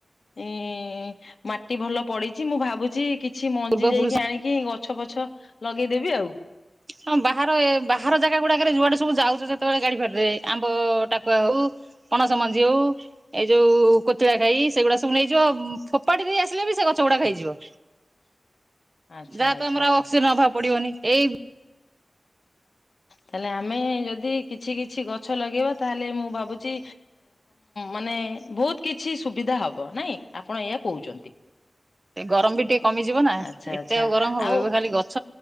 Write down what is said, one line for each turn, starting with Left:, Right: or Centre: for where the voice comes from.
Left: ଉଁ ମାଟି ଭଲ ପଡିଛି ମୁଁ ଭାବୁଚି। କିଛି
Right: ପୂର୍ବ
Left: ମଞ୍ଜି
Right: ପୁରୁଷ
Left: ଯାଇକି ଆଣିକି ଗଛ ପଛ ଲଗେଇଦେବି ଆଉ।
Right: ହଁ ବାହାର ବାହାର ଜାଗା ଗୁଡାକରେ ଯୁଆଡେ ସବୁ ଯାଉଛ ଯେତେବେଳେ ଗାଡି ଫାଡିରେ ଆମ୍ବ ଟାକୁଆ ହଉ। ପଣସ ମଞ୍ଜି ହଉ। ଏଇ ଯୋଉ କୋତିଳା ଖାଇ ସେଗୁଡା ସବୁ ନେଇଯିବ ଫୋପାଡି ଦେଇ ଆସିଲେ ବି ସେ ଗଛ ଗୁଡାକ ହେଇଯିବ।
Left: <inaudible>
Right: ଯାହା
Left: ଆଚ୍ଛା
Right: ତ ଆମର ଆଉ ଅକ୍ସିଜେନ ଅଭାବ ପଡିବନି ଏଇ
Left: ତାହେଲେ ଆମେ ଯଦି କିଛି କିଛି ଗଛ ଲଗେଇବା ତାହେଲେ ମୁଁ ଭାବୁଛି। ମାନେ ବହୁତ କିଛି ସୁବିଧା ହବ ନାଇଁ ଆପଣ ଏଇଆ କହୁଛନ୍ତି।
Right: ଗରମ ବି ଟିକେ କମିଯିବ ନା
Left: ଆଚ୍ଛା
Right: ଏତେ
Left: ଆଚ୍ଛା
Right: ଆଉ ଗରମ ହବ
Left: ଆଉ
Right: ଏବେ ଖାଲି ଗଛ